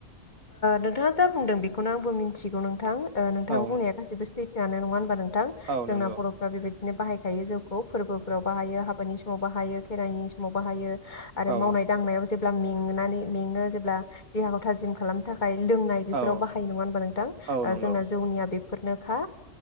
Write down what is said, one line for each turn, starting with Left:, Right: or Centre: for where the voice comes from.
Left: नोंथाङा जा बुंदों बेखौनो आंबो मिन्थिगौ नोंथां नोंथां
Right: औ
Left: बुंनाया गासैबो सैथोआनो नङा होनबा नोंथां
Right: औ
Left: जोंना
Right: नंगौ
Left: बर'फ्रा बेबायदि बिदिनो बाहायखायो जौखौ फोरबोफोराव बाहायो हाबानि समाव बाहायो खेराइनि समाव बाहायो आरो
Right: औ
Left: मावनाय दांनायाव जेबो मेंनानै मेङो जेब्ला देहाखौ थाजिम जिम खालामनो थाखाय खाय लोंनाय बेफोराव
Right: औ
Left: बाहायो नङा होनबा नोंथां
Right: औ नंगौ
Left: जोंना जौनिया बे फोरनोखा